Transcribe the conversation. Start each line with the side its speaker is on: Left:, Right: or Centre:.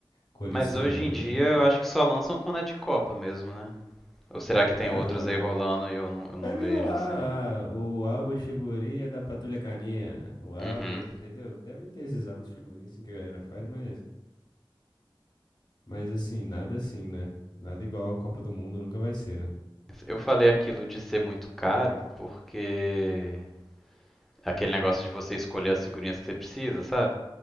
Left: colecionando,
Centre: Mas hoje em dia
Left: né?
Centre: eu acho que só lançam quando é de Copa mesmo, né? Ou será que tem
Left: É,
Centre: outras aí rolando e eu não, eu não
Left: deve
Centre: vejo
Left: rolar.
Centre: assim?
Left: Ah, o álbum de figurinha da Patrulha Canina. O álbum,
Centre: Uhum.
Left: entendeu? Deve ter esses álbuns de figurinha assim que a galera faz, mas. Mas assim, nada assim, né? Nada igual a Copa do Mundo nunca vai ser, né?
Centre: Eu falei aquilo de ser muito caro porque. Aquele negócio de você escolher as figurinhas que você precisa, sabe?